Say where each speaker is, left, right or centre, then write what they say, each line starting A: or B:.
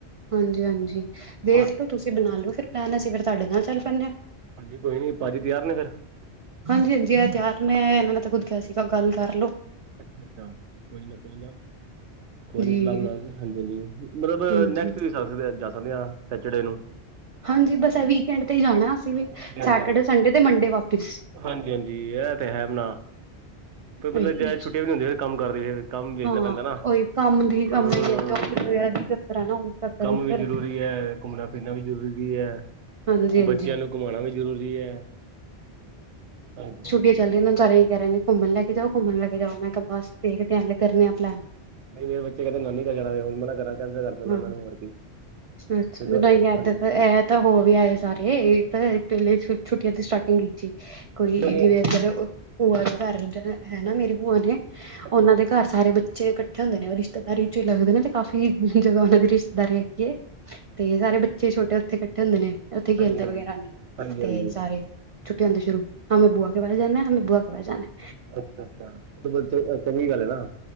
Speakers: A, on the right; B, on the right.
A: ਹਾਂਜੀ ਹਾਂਜੀ ਦੇਖ
B: ਹਾਂ।
A: ਲੋ ਤੁਸੀਂ ਬਣਾ ਲਓ ਫਿਰ ਪਲੈਨ ਅਸੀਂ ਫਿਰ ਤੁਹਾਡੇ ਨਾਲ ਚੱਲ ਪੈਂਂਦੇ ਹਾਂ।
B: ਹਾਂਜੀ ਕੋਈ ਨਹੀਂ ਭਾਜੀ ਤਿਆਰ ਨੇ ਫਿਰ।
A: ਹਾਂਜੀ ਹਾਂਜੀ ਇਹ ਤਿਆਰ ਨੇ ਇਹਨਾਂ ਨੇ ਤਾਂ ਖੁਦ ਕਿਹਾ ਸੀਗਾ ਗੱਲ ਕਰਲੋ।
B: ਅੱਛਾ ਅੱਛਾ ਕੋਈ ਲ ਕੋਈਨਾ ਕੋਈ
A: ਜੀ
B: ਨੀ ਸਲਾਹ ਬਣਾ ਲਈ, ਹਾਂਜੀ ਹਾਂਜੀ ਮਤਲਬ
A: ਹਾਂਜੀ
B: ਨੈਕਸਟ ਸਕਦੇ ਜਾ ਸਕਦੇ ਹਾਂ ਸੈਚਡੇ ਨੂੰ,
A: ਹਾਂਜੀ ਬਸ ਵੀਕਐਂਡ ਤੇ ਹੀ ਜਾਣਾ ਅਸੀਂ ਵੀ
B: ਹਾਂਜੀ ਹਾਂਜੀ
A: ਸੈਟਰਡੇ
B: ਹਾਂਜੀ
A: ਸੰਡੇ ਤੇ ਮੰਡੇ ਵਾਪਿਸ।
B: ਹਾਂਜੀ ਹਾਂਜੀ ਇਹ ਤੇ ਹੈ ਬਣਾ ਤੇ ਮਤਲਬ
A: ਵਿੱਚ
B: ਜ <unintelligible> ਛੁੱਟੀਆਂ ਨੀ ਹੁੰਦੀ ਫਿਰ ਕੰਮ ਕਰਦੇ ਫਿਰ ਕੰਮ ਵੇਖਣਾ
A: ਹਾਂ
B: ਪੈਂਦਾ ਨਾ
A: ਉਹੀ ਕੰਮ ਦੀ ਕੰਮ
B: ਹਮ
A: ਦਾ ਹੀ ਹੈ ਜੋਬ ਵਗੈਰਾ ਦੀ ਚੱਕਰ ਹੈ ਨਾ ਉਸ ਚੱਕਰ
B: ਕੰਮ
A: ਵਿੱਚ
B: ਵੀ
A: ਫਿਰ
B: ਜ਼ਰੂਰੀ ਹੈ ਘੁੰਮਣਾ ਫਿਰਨਾ ਵੀ ਜ਼ਰੂਰੀ ਹੈ
A: ਹਾਂਜੀ ਹਾਂਜੀ
B: ਬੱਚਿਆਂ ਨੂੰ ਘੁਮਾਉਣਾ ਵੀ ਜ਼ਰੂਰੀ ਹੈ ਹਾਂਜੀ
A: ਵ ਚੱਲ ਸਾਰੇ ਕਹਿ ਰਹੇ ਨੇ ਘੁੰਮਣ ਲੈ ਕੇ ਜਾਓ ਘੁੰਮਣ ਲੈ ਕੇ ਜਾਓ ਮੈਂ ਕਿਹਾ ਬੱਸ ਦੇਖ ਏ ਕਰਨੇ ਆ ਪਲੈਨ
B: ਨਹੀਂ ਮੇਰੇ ਬੱਚ ਕਹਿੰਦੇ ਨਾਨੀ ਕਰ ਜਾਣਾ ਹੁਣ ਮੈਂ ਕਰਾਂ ਕੈਂਸਲ ਕਰ ਦਿੰਦਾ
A: ਹਾਂ
B: ਉਹਨਾਂ ਨੂੰ ਹੋਰ ਕੀ
A: ਅੱਛਾ
B: ਹਾਂਜੀ
A: ਨਹੀਂ ਐਦਰ ਤਾਂ ਇਹ ਤਾਂ ਹੋ ਵੀ ਆਏ ਸਾਰੇ ਇਹ ਤਾਂ ਸਕੂਲਾ ਛੁੱਟੀਆਂ ਦੀ ਸਟਾਰਟਿੰਗ ਵਿਚ ਹੀ। ਕੋਈ
B: ਅੱਛਾ ਜੀ
A: ਜਿਵੇਂ ਇਧਰ ਭੂਆ ਦੇ ਘਰ ਹੈ ਨਾ ਮੇਰੀ ਭੂਆ ਨੇ
B: ਅੱਛਾ-ਅੱਛਾ,
A: ਉਹਨਾਂ ਦੇ ਘਰ ਸਾਰੇ ਬੱਚੇ ਬੱਚੇ ਇਕੱਠੇ ਹੁੰਦੇ ਨੇ ਉਹ ਰਿਸ਼ਤੇਦਾਰੀ ਚ ਹੀ ਲਗਦੇ ਨੇ ਤੇ ਕਾਫੀ ਜਗ੍ਹਾ ਉਹਨਾਂ ਦੀ ਰਿਸ਼ਤੇਦਾਰੀ ਹੈਗੀ ਏ ਤੇ ਸਾਰੇ ਬੱਚੇ ਛੋਟੇ ਉੱਥੇ ਇਕੱਠੇ ਹੁੰਦੇ ਨੇ ਉੱਥੇ ਖੇਲਦੇ
B: ਹਾਂਜੀ-ਹਾਂਜੀ,
A: ਵਗੈਰਾ ਨੇ
B: ਹਾਂਜੀ-ਹਾਂਜੀ,
A: ਤੇ ਸਾਰੇ ਛੋਟੇ ਹੁੰਦਾ ਛੁਰੂ ਹਮੇ ਬੂਆ ਕੇ ਘਰ ਜਾਣਾ ਹੇ ਹਮੇ ਬੂਆ ਕੇ ਘਰ ਜਾਣਾ ਹੈ।
B: ਅੱਛਾ, ਅੱਛਾ ਚ ਬਲ ਚੰਗੀ ਗੱਲ ਹੈ ਨਾ